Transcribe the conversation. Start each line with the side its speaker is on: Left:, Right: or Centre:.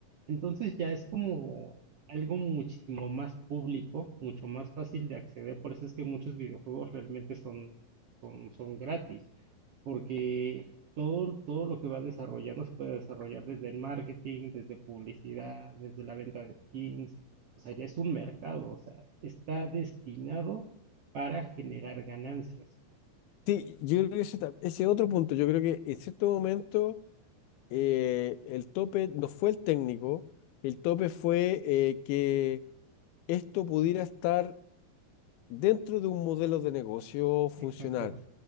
Right: Entonces ya es como algo muchísimo más público, mucho más fácil de acceder. Por eso es que muchos videojuegos realmente son, son, son gratis, porque todo, todo lo que va desarrollando se puede desarrollar desde el marketing, desde publicidad, desde la venta de skins o sea, ya es un mercado, o sea, está destinado para generar ganancias.
Left: Sí, yo creo que ese, ta- ese otro punto, yo creo que en cierto momento eh, el tope no fue el técnico, el tope fue eh, que esto pudiera estar dentro de un modelo de negocio funcional.
Right: Exacto,